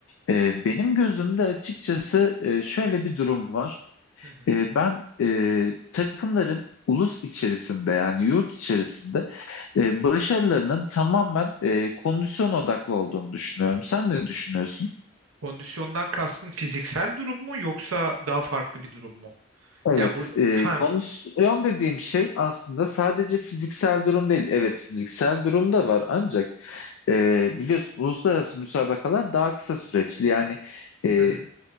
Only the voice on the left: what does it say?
E, benim gözümde açıkçası e, şöyle bir durum var.
E, ben e, takımların ulus içerisinde yani yurt içerisinde e, başarılarının tamamen e, kondisyon odaklı olduğunu düşünüyorum. Sen ne düşünüyorsun?
Evet,
e,
kondisyon dediğim şey aslında sadece fiziksel durum değil. Evet, fiziksel durum da var ancak e, biliyorsun uluslararası müsabakalar daha kısa süreçli. Yani e,